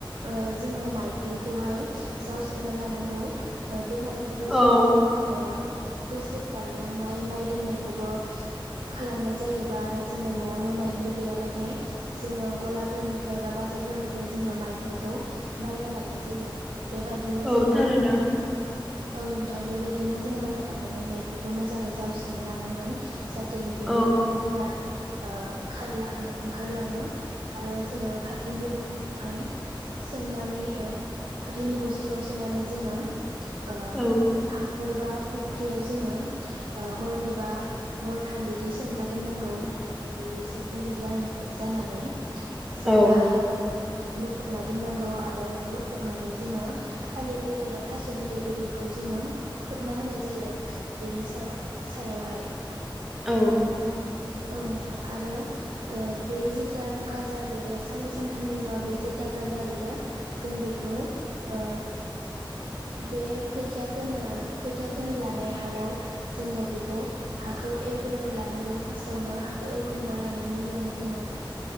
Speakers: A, on the right (about 85°); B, in the centre.
A: ओ जोङो माइग्लिखौहाय जावस्रोना लानांगौ ओ बे माइग्लिखौ
B: औ
A: जोङो ओ बोसोर बारलांनाय माइ दोननायखौबो खालामनाय जायोबा आरो जोङो न'आवनो माइग्लि गैयाबाथाय जोङो गलाफोरनि फ्राय बा बाजारफोरनिफ्राय जोङो माइग्लिखौ बायना लाबोनाय जायो। बेबायदिनो
B: औ
A: जोङो
B: थारैनो
A: औ नोंथां बेबाय दिनो जोङो बायना लाबोनानै माइग्लिखौ मोजाङै जावस्रोना लानांगोन जाहाथे बिनि
B: औ
A: गुबुफोरा ओ खारला ओंखारलाङो आरो जोङो <unintelligible> सोमनानै फाथोनि बस्थायाव सोनानै जोङो ओ
B: औ
A: हाखरबा फुख्रियाव जोङो ओ हरनै बा हरथाम बिदि सोमना दोननांगौ जाहाथे बेयो एसे गुरै जा-जानानै जोङो
B: औ
A: हायाव बेखौ लखबना दोननांगौ आरो लखबनानै जोङो थालिर बिलाइ बा थास' बिलाइ गोदोरखौ जोङो खोबना होनाय जायो बेनि साव-सायावहाय
B: औ
A: औ नोंथां आरो ओ बे जिथा गाजा बे रो साननै सानथामनि उनाव बे जिता गाजा बेरो जों बेखौ ओ बे खैथिया फोनो खैथिया फोनो लानाय हायाव जोङो बेखौ हाखौ एवग्रोना लानांगौ फार्स्टआवनो हाखौ एवखांना लानायनि उनाव जोङो